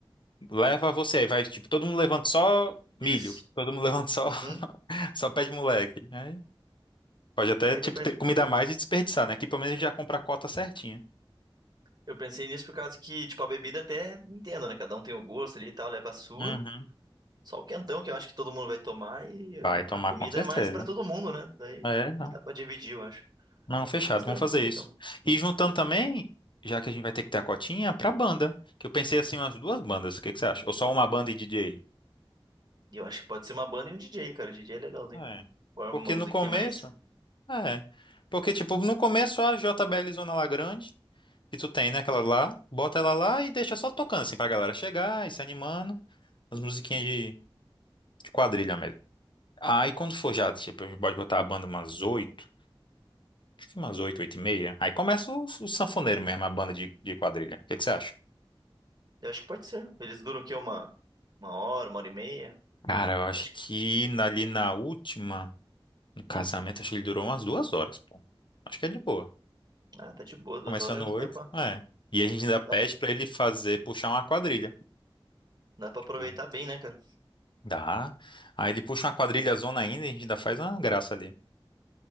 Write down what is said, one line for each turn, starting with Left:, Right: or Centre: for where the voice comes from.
Left: leva você. Aí vai, tipo, todo mundo levando só
Right: Isso.
Left: milho. Todo mundo levando só,
Right: Uhum.
Left: <laughs> só pé de moleque. Aí pode até,
Right: É
Left: tipo,
Right: que eu, pe-
Left: ter comida a mais e desperdiçar, né? Aqui pelo menos a gente já compra a cota certinha.
Right: eu pensei nisso por causa que, tipo, a bebida até entendo, né? Cada um tem o gosto ali e tal, leva a sua.
Left: Uhum.
Right: Só o quentão que eu acho que todo mundo vai tomar e
Left: Vai
Right: uh,
Left: tomar
Right: a comida
Left: com certeza.
Right: é mais pra todo mundo, né? Daí
Left: É, não.
Right: dá pra dividir, eu acho.
Left: Não, fechado,
Right: Mas tranquilo,
Left: vamos fazer
Right: então.
Left: isso. E juntando também, já que a gente vai ter que ter a cotinha, pra banda. Que eu pensei assim, umas duas bandas, o que que você acha? Ou só uma banda e DJ?
Right: E eu acho que pode ser uma banda e um DJ, cara. O DJ é legalzinho.
Left: É.
Right: Agora
Left: Porque
Right: uma
Left: no
Right: musiquinha
Left: começo.
Right: mais
Left: É. Porque, tipo, no começo só a JBL Zona lá grande, que tu tem, né? Aquela lá, bota ela lá e deixa só tocando, assim, pra galera chegar e se animando. As musiquinhas de, de quadrilha mesmo. Aí quando for já, tipo, a gente pode botar a banda umas oito, acho que umas oito, oito e meia. Aí começa o, o sanfoneiro mesmo, a banda de, de quadrilha. O que que você acha?
Right: Eu acho que pode ser. Eles duram o quê? Uma, uma hora, uma hora e meia?
Left: Cara, eu acho
Right: Acho
Left: que
Right: que,
Left: na- ali na última, no casamento, acho que ele durou umas duas horas, pô. Acho que é de boa.
Right: ah, tá de boa. Duas
Left: Começando
Right: horas
Left: oito,
Right: dá pra,
Left: é. E a gente ainda pede
Right: dá,
Left: pra ele fazer, puxar uma quadrilha.
Right: dá pra
Left: Tipo,
Right: aproveitar bem, né, cara?
Left: dá. Aí ele puxa uma quadrilha zona ainda e a gente ainda faz uma graça ali.